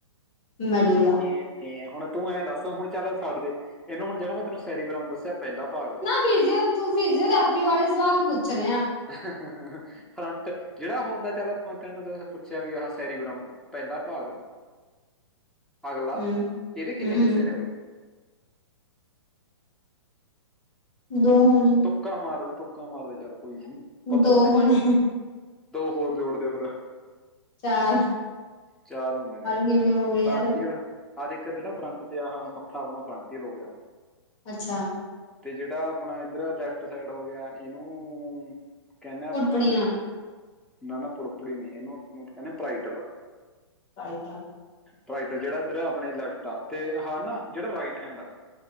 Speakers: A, on the left (about 30°); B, in the centre.
A: ਮੈਡੂਲਾ
B: ਟੈਂ ਟੈਂ ਤੇ ਹੁਣ ਤੂੰ ਐਂ ਦੱਸੋ ਹੁਣ ਚੱਲ ਸਡਦੇ, ਇਹਨੂੰ ਹੁਣ ਜਿਹੜਾ ਮੈਂ ਤੈਨੂੰ ਸੈਰੀ ਬਰਾਮ ਦੱਸਿਆ ਪਹਿਲਾ ਭਾਗ
A: ਫਿਜੀਓੂ- ਤੂੰ ਫਿਜੀਓਥੈਰੇਪੀ ਬਾਰੇ ਸਵਾਲ ਪੁੱਛ ਰਿਆ।
B: ਹਾ ਹਾ ਹਾ ਹਾ ਫਰੰਟ, ਜਿਹੜਾ ਹੁੰਦਾ ਚੱਲ ਮ ਮੈਂ ਪੁੱਛਿਆ ਵੀ ਆਹ ਸੈਰੀ ਬ੍ਰਹਮ ਪਹਿਲਾ ਭਾਗ ਅਗਲਾ,
A: ਹੂੰ
B: ਇਹਦੇ ਕਿੰਨੇ
A: ਹੂੰ
B: ਹਿੱਸੇ
A: ਹੂੰ
B: ਨੇ ਬਈ?
A: ਦੋ ਹੋਣੇ।
B: ਤੁਕਾ ਮਾਰਦੇ- ਤੁਕਾ ਮਾਰਦੇ ਚੱਲ ਕੋਈ ਨੀ, ਪਤਾ
A: ਦੋ
B: ਤਾਂ ਨਹੀਂ
A: ਹੋਣੇ
B: ਹੈਗਾ। ਦੋ ਹੋਰ ਜੋੜਦੇ ਫਿਰ।
A: ਚਾਰ
B: ਚਾਰ ਹੁੰਦੇ ਨੇ।
A: ਕਿਵੇਂ ਹੋ ਗਏ
B: ਫਰੰਟੀਅਰ,
A: ਯਾਰ
B: ਹਰ ਦੇਖ ਜਿਹੜਾ ਫਰੰਟ ਤੇ ਆਹ ਮੱਥਾ ਆਪਣਾ ਫਰੰਟ ਹੀ ਰ ਹੋ ਗਿਆ।
A: ਅੱਛਾ!
B: ਤੇ ਜਿਹੜਾ ਆਪਣਾ ਇੱਧਰ ਲੈਫਟ ਸਾਈਡ ਹੋ ਗਿਆ, ਏਨੂੰ ਕੈਨੇ ਆਪਾਂ,
A: ਫੁੜਪੜੀਆਂ
B: ਨਾ-ਨਾ ਪੁੜਪੁੜੀ ਨਈ ਐਹਨੂੰ ਆਪਾਂ ਕੈਨੇ ਪ੍ਰਾਈਟਲ
A: ਆਏ ਤਾਂ
B: ਪ੍ਰਾਈਟਲ ਜੇਹੜਾ ਐਦਰ ਆਪਣੇ ਲੈਫਟ ਆ ਤੇ ਹਾਂ ਨਾ ਜੇਹੜਾ ਰਾਈਟ ਹੈਂਡ ਆ।